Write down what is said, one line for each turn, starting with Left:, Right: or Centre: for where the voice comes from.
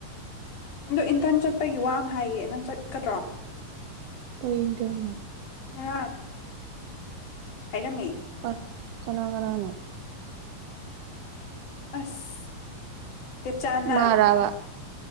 Left: ꯑꯗꯣ ꯏꯟꯇꯔꯟ ꯆꯠꯄꯒꯤ ꯋꯥ ꯑꯃ ꯍꯥꯏꯌꯦ ꯅꯪ ꯆꯠꯀꯗ꯭ꯔꯣ
Right: ꯀꯗꯅꯣ
Left: ꯉ ꯍꯥꯏꯔꯝꯃꯤ
Right: ꯀ ꯀꯅꯥ ꯀꯅꯥꯅ
Left: ꯑꯁ ꯇꯦꯞꯆꯥꯅ
Right: ꯃꯥꯔꯥꯕ